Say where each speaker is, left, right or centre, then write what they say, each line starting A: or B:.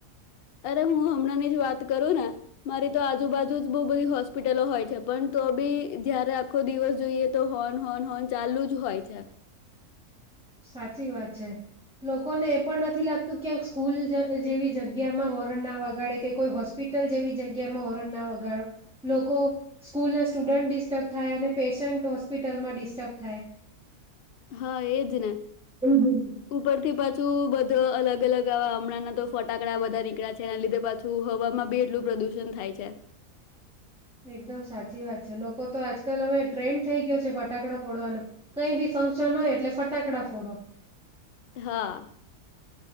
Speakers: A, on the left; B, in the centre.
A: અરે હું હમણાં ની જ વાત કરું ને. મારી તો આજુબાજુ જ બહુ બધી હોસ્પિટલો હોય છે પણ તો બી જયારે આખો દિવસ જોઈએ તો હોન હોન હોન ચાલુ જ હોય છે.
B: સાચી વાત છે લોકોને એ પણ નથી લાગતું ક્યાંક સ્કૂલ જેવી જગ્યામાં હોરણ ના વગાડે કે કોઈ હોસ્પિટલ જેવી જગ્યામાં હોરણ ના વગાડો લોકો સ્કૂલના સ્ટુડન્ટ ડિસ્ટર્બ થાય અને પેશન્ટ હોસ્પિટલમાં ડિસ્ટર્બ થાય.
A: હા એજ ને.
B: <inaudible>
A: ઉપરથી પાછું બધુ અલગ અલગ આવા હમણાંના તો ફટાકડા બધા નીકળ્યા છે એના લીધે પાછું હવા માં બી એટલું પ્રદુષણ થાય છે.
B: એકદમ સાચી વાત છે લોકો તો આજ કલ હવે ટ્રેન્ડ થઈ ગયો છે ફટાકડો. ફોડવાનું કઈ બી ફંક્શન હોય એટલે ફટાકડા ફોડો.
A: હા